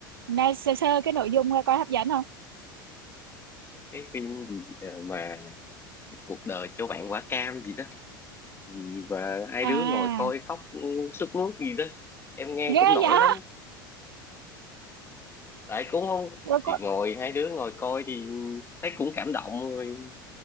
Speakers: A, on the right; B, on the left.
A: nói sơ sơ cái nội dung coi coi hấp dẫn không
B: cái phim gì ờ, mà cuộc đời cho bạn quả cam gì đó gì và hai
A: à
B: đứa ngồi coi khóc sướt mướt gì đó em nghe
A: ghê
B: cũng nổi
A: vậy
B: lắm tại cũng không
A: rồi
B: thì
A: có
B: ngồi hai đứa ngồi coi thì thấy cũng cảm động rồi